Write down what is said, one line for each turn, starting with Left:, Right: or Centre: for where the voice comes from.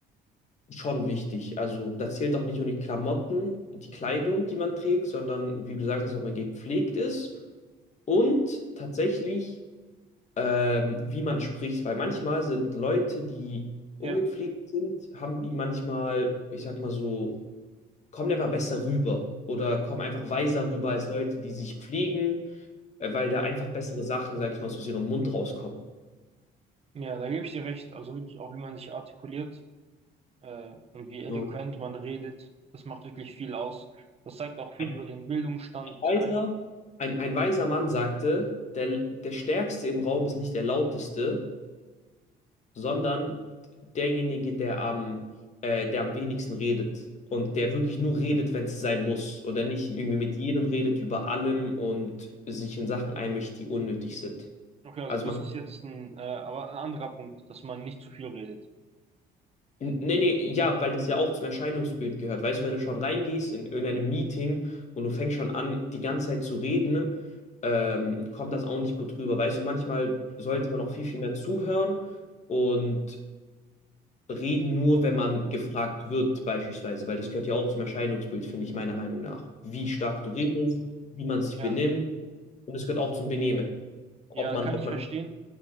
Left: schon wichtig. Also da zählt auch nicht nur die Klamotten, die Kleidung, die man trägt, sondern wie gesagt, dass auch man gepflegt ist. Und tatsächlich ähm, wie man spricht, weil manchmal sind Leute, die ungepflegt
Right: Ja,
Left: sind, haben die manchmal, ich sag mal so, kommen einfach besser rüber oder kommen einfach weiser rüber als Leute, die sich pflegen, äh, weil da einfach bessere Sachen, sag ich mal, so aus ihrem Mund rauskommen.
Right: ja, da gebe ich dir recht. Also wirklich auch, wie man sich artikuliert. äh, und wie eloquent
Left: So.
Right: man redet. Das macht wirklich viel aus. Das zeigt auch viel
Left: Ein
Right: über den Bildungsstand.
Left: weiser,
Right: Einfach,
Left: ein, ein weiser Mann sagte, der, der Stärkste im Raum ist nicht der Lauteste, sondern derjenige, der am, äh, der am wenigsten redet und der wirklich nur redet, wenn es sein muss und der nicht irgendwie mit jedem redet, über allem und sich in Sachen einmischt, die unnötig sind.
Right: okay, also
Left: Also
Right: das
Left: man,
Right: ist jetzt ein, äh, aber ein anderer Punkt, dass man nicht zu viel redet.
Left: N- nee, nee, ja, weil das ja auch zum Erscheinungsbild gehört. Weißt du, wenn du schon reingehst in irgendeinem Meeting und du fängst schon an, die ganze Zeit zu reden, ähm, kommt das auch nicht gut rüber. Weißt du, manchmal sollte man auch viel, viel mehr zuhören und reden nur, wenn man gefragt wird, beispielsweise, weil das gehört ja auch zum Erscheinungsbild, finde ich, meiner Meinung nach. Wie stark du redest, wie man sich
Right: Ja,
Left: benimmt und es gehört auch zum Benehmen. Ob
Right: ja,
Left: man,
Right: kann
Left: ob
Right: ich
Left: man,
Right: verstehen.